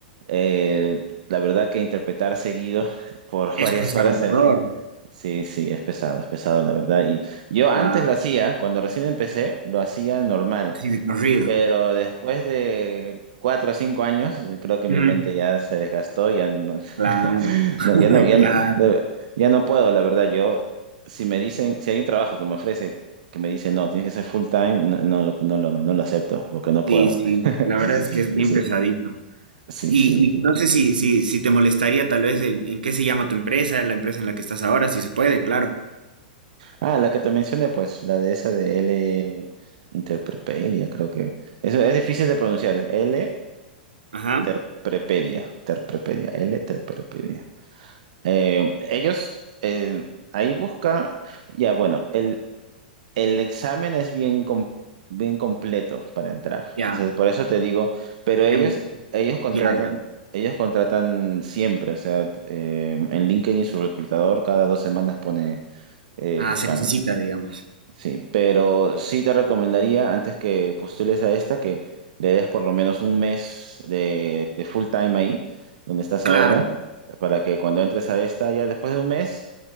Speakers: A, on the right; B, on the right.
A: eh, la verdad que interpretar seguido por
B: Esto
A: <laughs> varias
B: es
A: horas
B: agotador,
A: es, sí, sí, es pesado, es pesado la verdad. Y yo
B: claro.
A: antes lo hacía, cuando recién empecé, lo hacía normal,
B: Sí, de corrido.
A: pero después de cuatro o cinco años, eh, creo que mi
B: Mm,
A: mente ya se desgastó, ya no,
B: claro,
A: <laughs>
B: <laughs>
A: no, ya no, ya
B: claro,
A: no, de- ya no puedo, la verdad. Yo, si me dicen, si hay un trabajo que me ofrece, que me dice, no, tienes que ser full time, no, no lo, no lo, no lo acepto, porque no puedo.
B: sí, sí,
A: <laughs>
B: la verdad es que es bien
A: Sí.
B: pesadito.
A: Sí,
B: Y,
A: sí.
B: y no sé si, si, si te molestaría tal vez en, en qué se llama tu empresa, la empresa en la que estás ahora, si se puede, claro.
A: Ah, la que te mencioné, pues, la de esa de L Interprepedia, creo que. Eso es difícil de pronunciar, es L
B: Ajá,
A: Terprepedia, Terprepedia, L Terprepedia. Eh, ellos eh, ahí busca, ya bueno, el, el examen es bien, com- bien completo para entrar.
B: ya,
A: O sea, por eso te digo, pero ellos,
B: em,
A: ellos contratan,
B: ya, ya.
A: ellos contratan siempre, o sea, eh, en LinkedIn su reclutador cada dos semanas pone eh,
B: Ah,
A: buscando.
B: se necesita, digamos.
A: Sí, pero sí te recomendaría antes que postules a esta que le des por lo menos un mes de, de full time ahí, donde estás ahora,
B: Claro.
A: para que cuando entres a esta, ya después de un mes,